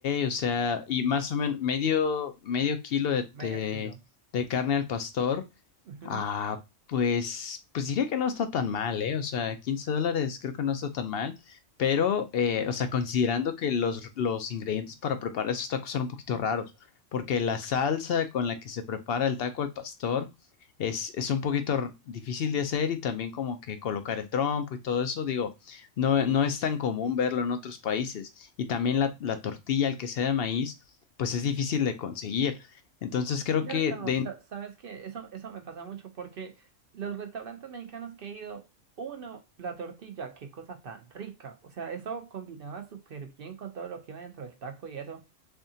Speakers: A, on the left; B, on the right.
A: o sea, y más o menos medio, medio kilo de,
B: medio
A: de-
B: kilo.
A: de carne al pastor.
B: Ujú.
A: Ah, pues, pues diría que no está tan mal, ¿eh? O sea, 15 dólares creo que no está tan mal, pero, eh, o sea, considerando que los, los ingredientes para preparar esos tacos son un poquito raros, porque la salsa con la que se prepara el taco al pastor es, es un poquito r- difícil de hacer y también como que colocar el trompo y todo eso, digo, no, no es tan común verlo en otros países y también la, la tortilla, el que sea de maíz, pues es difícil de conseguir. Entonces creo
B: Cierto,
A: que de
B: sa- sabes que eso, eso me pasa mucho porque los restaurantes mexicanos que he ido, uno, la tortilla, qué cosa tan rica. O sea, eso combinaba súper bien con todo lo que iba dentro del taco y eso.